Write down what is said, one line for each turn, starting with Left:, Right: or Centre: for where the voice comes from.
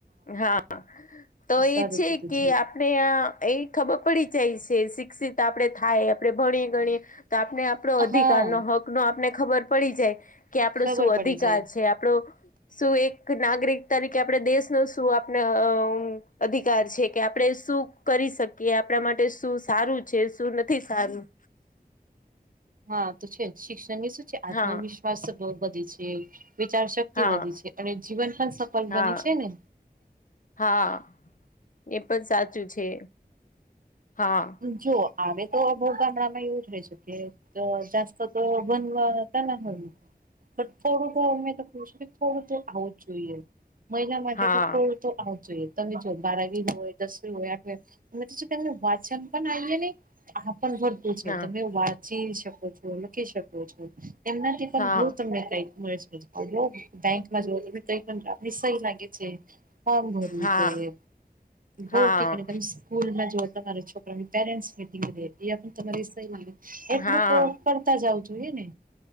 Left: હા તો
Right: સારું
Left: એ છે
Right: કીધું
Left: કે આપણે આ ખબર પડી જાય છે શિક્ષિત આપણે થાય આપણે ભણીએ ગણીએ તો આપને આપડો અધિકારનો
Right: હા
Left: હક નો આપને ખબર પડી જાય. કે આપડો
Right: ખબર
Left: શું
Right: પડી
Left: અધિકાર
Right: જાય
Left: છે. આપડો શું એક નાગરિક તરીકે આપણે દેશ શું આપનો અધિકાર છે કે આપણે શું કરી શકીએ આપણા માટે શું સારું છે શું નથી સારું.
Right: હા તો છે શિક્ષણની શું છે, આત્મવિશ્વાસ
Left: હા
Right: બધી છે વિચારશક શતિ
Left: હા
Right: બધી છે અને જીવન પણ સફલ
Left: હા
Right: બની છે ને?
Left: હા એ પણ સાચું છે હા.
Right: જો આવે તો ભોગા નામે એવું જ રહેશે. એ તો જાસ્ત તો બનવા ત ના હોય? બ થોડું તો અમે તો ક છું કે થોડું તો આવઉ છ. મહિલા માટે
Left: હા
Right: તો થોડું તો આવ જોઈએ તમે જો બારાવી હોય, દસ હો તોનું વાચન પણ આવીએ નહી આ છે
Left: હા
Right: તમે વાંચી શકો છો લખી શકો છો? એમનાથી પણ
Left: હા
Right: બહુ તમને કઈ મળી શ હ બેંકમાં જોવ તને કઈ પણ આપને સહી લાગે છે, ફોર્મ ભરવું
Left: હા
Right: જોઈએ. બઉ
Left: હા
Right: કે તમે સ્કૂલમાં જોઓ તમારા છોકરાની પેરેન્ટ્સ મીટિંગ અં પણ તમારી સહી એટલું
Left: હા
Right: તો કરતા જાવું જોઈએ ને?